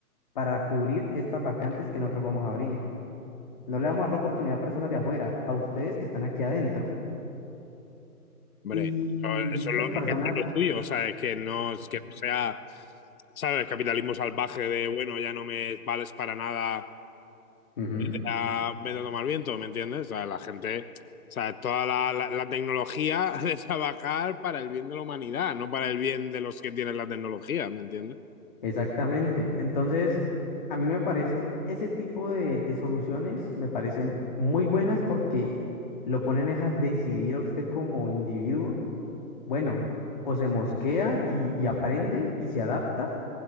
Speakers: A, on the left; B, on the left.
A: para cubrir estas vacantes que nosotros vamos a abrir. No le vamos a dar la oportunidad a personas de afuera, a ustedes que están aquí adentro.
B: hombre.
A: Y
B: Eso,
A: muchas
B: eso es lo, es
A: personas...
B: que eso es lo tuyo, o sea, es que no, es
A: Ujú,
B: que no sea, ¿sabes? Capitalismo salvaje de, bueno, ya no me vales para nada
A: ujú,
B: sea, me lo a al viento, ¿me entiendes? O sea, la gente, o sea, toda la, la- la tecnología <laughs> de trabajar para el bien de la humanidad, no para el bien de los que tienen la tecnología, ¿me entiendes?
A: Exactamente. Entonces, a mí me parece, ese tipo de, de soluciones me parecen muy buenas porque lo ponen es a decidir a usted como individuo. Bueno, o se mosquea y, y aprende y se adapta